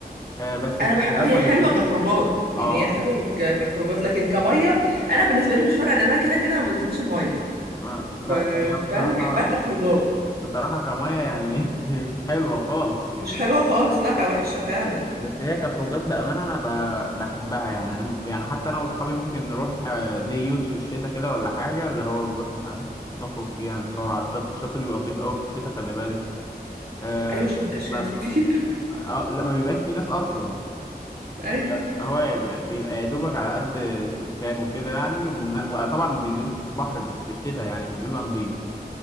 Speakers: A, on the left (about 20°); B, on the right (about 70°).
A: أه بس
B: انا
A: كخروجاتنا
B: بح... هي حلوه
A: بالليل
B: كخروجات يعني
A: اه,
B: هي حلوه ك- كخروجات لكن كميه انا بالنسبه لي مش فارقه لان انا كده كده ما بنزلش الميه
A: آه لا
B: ف...
A: هي بصراحه
B: فانا بحبها كخروجات
A: بصراحه كميه يعني <laughs> مش حلوه خالص يعني
B: مش حلوه خالص لا وحشه فعلا
A: بس هي كخروجات بأمانة أنا ب- بحبها يعني أنا م- يعني حتى أنا وأصحابي ممكن نروح آه، دي يوز في الشتاء كده ولا حاجة اللي هو نروح آه، نخرج فيها نتصور على الشط الشط بيبقى نضيف أوي في الشتاء خلي بالك آه
B: ايوه عشان مبقاش
A: ما
B: في ناس كتير
A: آه لا ما بيبقاش فيه ناس أصلا
B: <laughs> ايوه
A: آه هو يبقى- بيبقى يا دوبك على قد السكان وكده يعني وطبعا ما بينزلوش البحر مش في الشتاء يعني فبيبقى نضيف